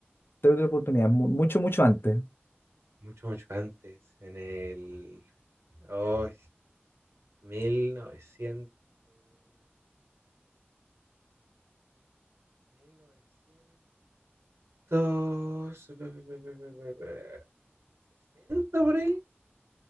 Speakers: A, on the left; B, on the right.
A: te doy otra oportunidad. mu- Mucho, mucho antes.
B: mucho, mucho antes, en el oh, 1900, 1960 por ahí.